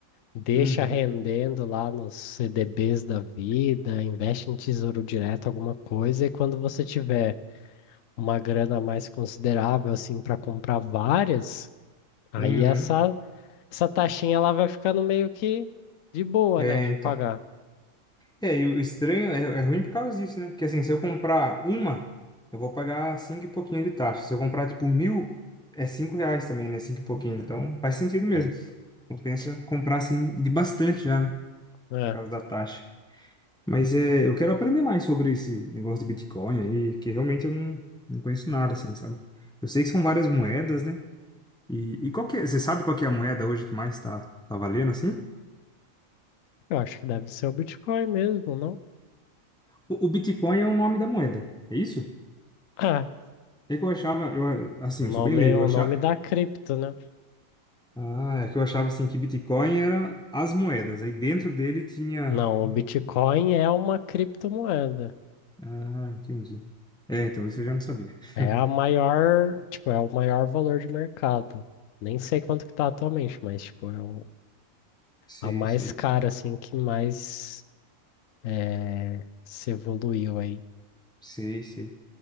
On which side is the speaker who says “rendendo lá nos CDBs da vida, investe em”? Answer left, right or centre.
Left